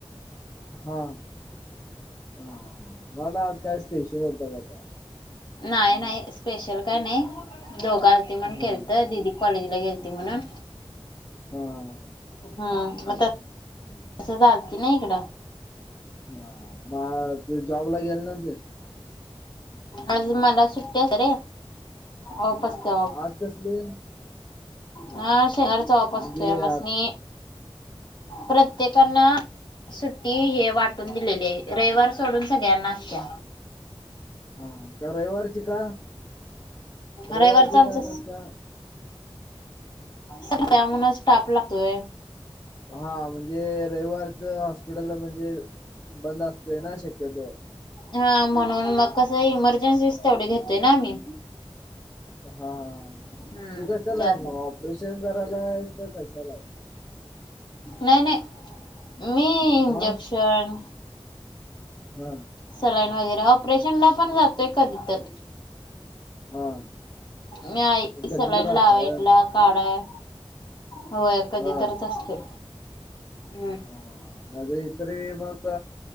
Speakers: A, on the left; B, on the left.
A: हा, हा हा हा, म्हटल आज काय स्पेशल होत का काय?
B: नाही नाही स्पेशल काय नाही. दोघ आलती म्हणून
A: हा
B: केलत. दिदी कॉलेजला गेलती म्हणून
A: हा हा
B: हम्म आता
A: <unintelligible>
B: तसच आलती न इकड.
A: हा बा, जॉबला गेले नव्हते?
B: आज मला सुट्टी आहे रे. ऑफ असतय ऑफ.
A: आज कसली?
B: हा शनिवार चा ऑफ
A: म्हणजे
B: असतो आमासनी.
A: आ
B: प्रत्येकांना सुट्टी हे वाटून दिलेली आहे. रविवार सोडून सगळ्यांना असत्या.
A: हा का रविवारची का, रविवारची
B: रविवारच आमचं
A: का नसत्या.
B: सगळ्या म्हणुन स्टाप लागतोय.
A: हा म्हणजे, रविवारच हॉस्पिटल म्हणजे बंद असतय ना शक्यतोवर.
B: हा म्हणून मग कस इमर्जन्सी तेवढी घेतोय ना मी.
A: हा हा
B: हम्म
A: तू कशाला
B: त्यासाठी
A: आहेस मग ऑपरेशन करायला आहेस का कशाला आहेस.
B: नाही नाही मी इंजेक्शन
A: मग हा
B: सलाईन वगैरे ऑपरेशन ला पण जातोय कधी तर.
A: हा
B: मी आहे की
A: कधी
B: सलाईन
A: तर असता
B: लावायला.
A: व्हय.
B: काढाया. होय कधी
A: हा
B: तरच असतोय. हम्म
A: ह, इतर मग